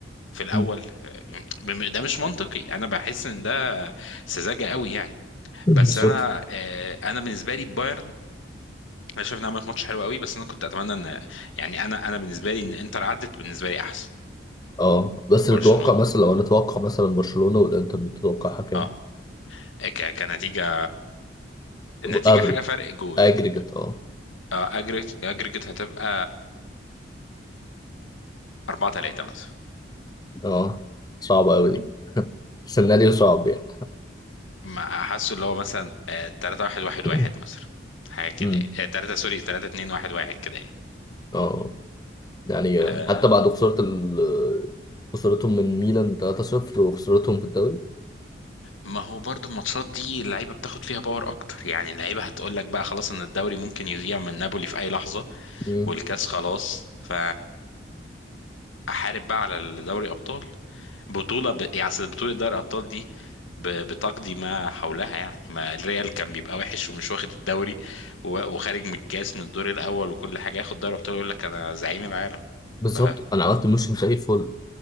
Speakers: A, on the left; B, on the left.
A: في الاول
B: مم.
A: آه، بم- ده مش منطقي انا بحس ان ده سذاجه قوي يعني
B: بالظبط
A: بس انا آه، انا بالنسبه لي بايرن انا شايف انها عملت ماتش حلو قوي بس انا كنت اتمنى ان يعني انا انا بالنسبه لي ان انتر عدت بالنسبه لي احسن
B: اه بس نتوقع
A: برشلونه
B: مثلا لو نتوقع مثلا برشلونه والانتر نتوقع حكام
A: اه آه، ك- كنتيجة النتيجة
B: افريج
A: حاجة فرق جون
B: اجريجيت <clears throat> اه
A: أجريت أجريت هتبقى أربعة تلاتة مثلا
B: اه صعبه قوي دي سيناريو صعب يعني
A: ما حاسه اللي هو مثلا آه، تلاتة واحد واحد
B: <clears throat>
A: واحد مثلا حاجة كده
B: مم.
A: يعني آه، تلاتة سوري تلاتة اتنين واحد واحد كده يعني
B: اه يعني
A: آه،
B: حتى بعد خساره ال... خسارتهم من ميلان 3-0 وخسارتهم في الدوري
A: ما هو برضو الماتشات دي اللعيبه بتاخد فيها باور اكتر يعني اللعيبه هتقول لك بقى خلاص ان الدوري ممكن يضيع من نابولي في اي لحظه
B: مم.
A: والكاس خلاص ف احارب بقى على دوري ابطال بطوله ب... يعني أصل بطوله دوري ابطال دي ب... بتقضي ما حولها يعني ما الريال كان بيبقى وحش ومش واخد الدوري و... وخارج من الكاس من الدور الاول وكل حاجه ياخد دوري ابطال يقول لك انا زعيم العالم <laughs>
B: بالظبط
A: ف...
B: انا عملت موشن زي الفل